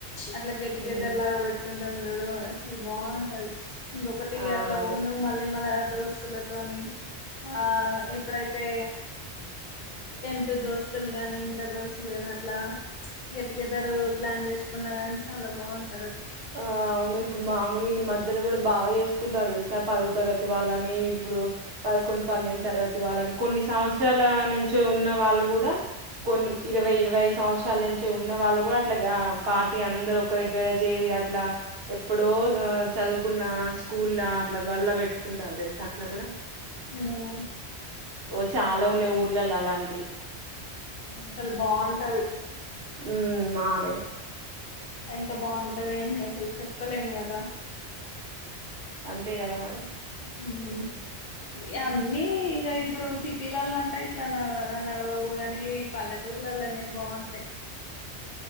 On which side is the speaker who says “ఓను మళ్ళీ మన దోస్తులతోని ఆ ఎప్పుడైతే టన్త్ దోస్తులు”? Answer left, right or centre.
Left